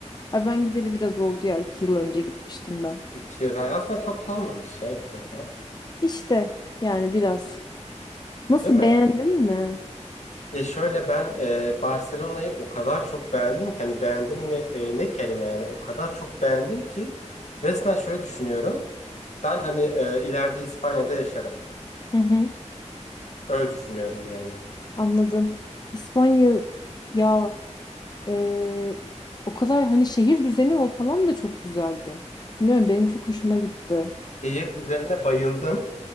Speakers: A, on the left; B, on the left.
A: Ay ben gideli biraz oldu ya. iki yıl önce gitmiştim ben.
B: İki yıl. Aslında çok da olmamış ya iki yılda.
A: İşte yani biraz. Nasıl
B: Değil mi?
A: beğendin mi?
B: Ya şöyle ben e, Barcelona'yı o kadar çok beğendim ki hani beğendim mi e, ne kelime yani o kadar çok beğendim ki resmen şöyle düşünüyorum. Ben hani e, ileride İspanya'da yaşarım.
A: Hı hı.
B: Öyle düşünüyorum yani.
A: Anladım. İspanya ya e, o kadar hani şehir düzeni o falan da çok güzeldi. Bilmiyorum benim çok hoşuma gitti.
B: Şehir üzerine bayıldım.